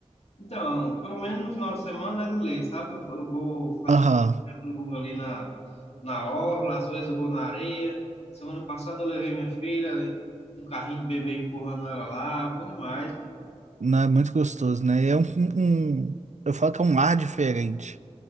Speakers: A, on the left; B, on the right.
A: Então, pelo menos no final de semana é de lei, sabe? Eu, fa- eu vou fazer
B: Aham.
A: um caminho longo ali na, na orla, às vezes eu vou na areia. Semana passada eu levei minha filha, um carrinho de bebê empurrando ela lá, bom demais, pô.
B: Não, é muito gostoso, né? É um, um- eu falo que é um ar diferente.